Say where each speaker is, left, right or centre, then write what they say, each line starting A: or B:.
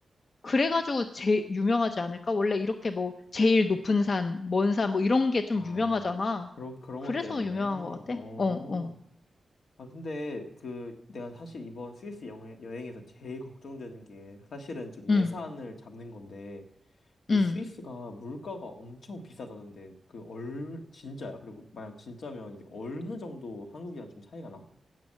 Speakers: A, on the left; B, on the left.
A: 그래가지고 제일 유명하지 않을까? 원래 이렇게 뭐, 제일 높은 산, 먼 산, 뭐 이런 게 좀
B: 아,
A: 유명하잖아.
B: 그런, 그런
A: 그래서
B: 것 때문에.
A: 유명한 것 같아.
B: 어.
A: 어, 어.
B: 아, 근데 그 내가 사실 이번 스위스 여 여행에서 제일 걱정되는 게 사실은 좀 예산을
A: 응,
B: 잡는 건데 이
A: 응.
B: 스위스가 물가가 엄청 비싸다던데 그 얼 진짜야? 그리고 만약 진짜면 이게 어느 정도 한국이랑 좀 차이가 나?